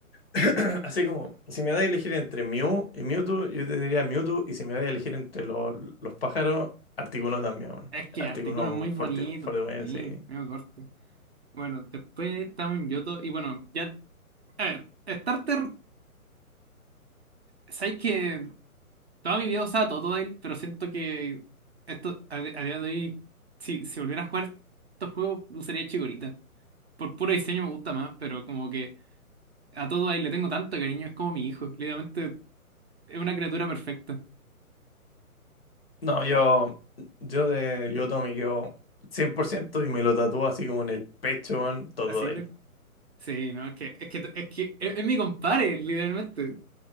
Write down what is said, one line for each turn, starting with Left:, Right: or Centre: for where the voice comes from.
Left: <clears throat>
Right: mm,
Left: así como, si me da a elegir entre Mew y Mewtwo, yo te diría Mewtwo, y si me da a elegir entre los, los pájaros, Articuno también, weón.
Right: Es que
Left: Articuno
Right: Articuno es muy bonito.
Left: fuerte, fuerte, weón,
Right: Sí,
Left: sí.
Right: me corto. Bueno, después estamos en Yoto y bueno, ya... A ver, Starter, ¿sabes qué? Toda mi vida usaba Totodile, pero siento que esto a, di- a día de hoy, si, si volviera a jugar estos juegos, usaría Chikorita. Por puro diseño me gusta más, pero como que a Totodile le tengo tanto cariño, es como mi hijo. Literalmente es una criatura perfecta.
Left: No, yo, yo de Yoto me quedo 100% y me lo tatúo así como en el pecho, weón, Totodile.
Right: ¿Así? Index? Sí, no, es que es que es que es, es mi compadre, literalmente.